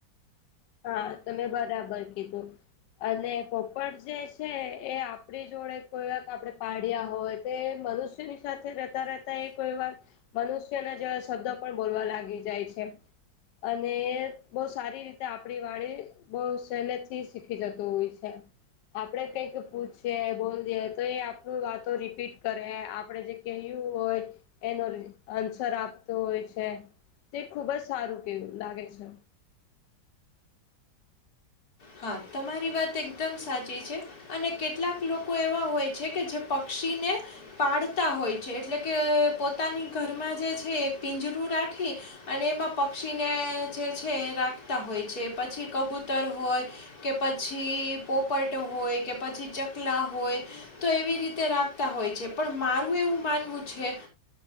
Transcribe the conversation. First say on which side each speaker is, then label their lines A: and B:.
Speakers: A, on the left; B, on the left.
A: હા તમે બરાબર કીધું અને પોપર જે છે એ આપણી જોડે કોઈ વાક આપણે પાડ્યા હોત તે મનુષ્યની સાથે રહેતા રહેતા એ કોઈ વાર મનુષ્યના જેવા શબ્દો પણ બોલવા લાગી જાય છે અને બહુ સારી રીતે આપણી વાણી બહ સહેલે થી શીખી જતું હોય છે આપડે કઈક પૂછીએ બોલીએ તો એ આપણું વાતો રીપીટ કરે આપડે જે કયું હોય એનો આન્સર આપતો હોય છે તે ખુબ જ સારું કે લાગે છે
B: હા તમારી વાત એકદમ સાચી છે અને કેટલાક લોકો એવા હોય છે કે જે પક્ષીને. પાળતા હોય છે એટલે કે પોતાની ઘરમાં જે છે એ પિંજરું રાખી. અને એમાં પક્ષીને જે છે રાખતા હોય છે પછી કબૂતર હોય. કે પછી પોપટ હોય કે પછી ચકલા હોય તો એવી રીતે રાખતા હોય છે પણ મારું એવું માનવું છે